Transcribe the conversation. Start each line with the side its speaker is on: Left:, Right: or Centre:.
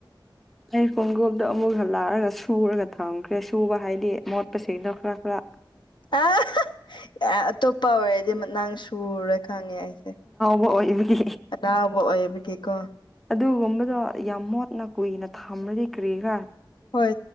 Centre: ꯑꯩ ꯈꯣꯡꯒ꯭ꯔꯨꯞꯇꫭ ꯑꯃꯨꯛ ꯍꯜꯂꯛꯑꯒ ꯁꯨꯔꯒ ꯊꯝꯈ꯭ꯔꯦ ꯁꯨꯕ ꯍꯥꯏꯗꯤ ꯃꯣꯠꯄꯁꯤꯡꯗꫭ ꯈꯔ ꯈꯔ
Left: <unintelligible> ꯑꯥ ꯑꯇꯣꯞꯄ ꯑꯣꯏꯔꯗꯤ ꯅꯪ ꯁꯨꯔꯨꯔꯦ ꯈꯪꯉꯦ ꯑꯩꯗꯤ
Centre: ꯍ ꯏꯕꯨꯗꯤ
Left: ꯂꯕꯑꯣꯃꯤ ꯀꯦꯀꯣ
Centre: ꯑꯗꯨꯒꯨꯝꯕꯗꯣ ꯌꯥꯝ ꯃꯣꯠꯅ ꯀꯨꯏꯅ ꯊꯝꯂꯗꯤ ꯀꯔꯤꯔ
Left: ꯍꯣꯏ